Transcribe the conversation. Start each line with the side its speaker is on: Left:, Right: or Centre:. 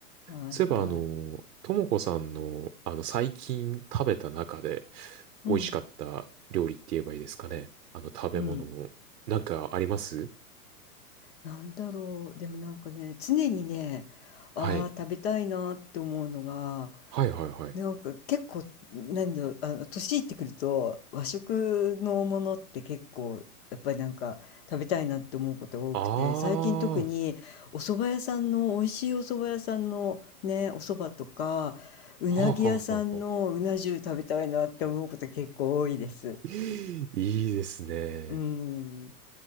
Left: はいはい。
Right: そういえば、あの、ともこさんの、あの、最近食べた中で
Left: うん、
Right: 美味しかった料理って言えばいいですかね。あの、食べ物も、
Left: うん。
Right: なんかあります
Left: なんだろう、でもなんかね、常にね、
Right: はい。
Left: ああ、食べたいなって思うのが、
Right: はいはいはい。
Left: なんか結構、なんだろう、あの、年いってくると、和食のものって結構、やっぱりなんか食べたいなって思うことが多くて、
Right: あ
Left: 最近特にお蕎麦屋さんの、
Right: あ、は
Left: 美味しいお蕎麦屋さんのね、お蕎麦とか、うなぎ屋さんのうな重食べたいなって思うこと結構多いです。
Right: あはあはあはあ。<laughs> いいですね。
Left: うん。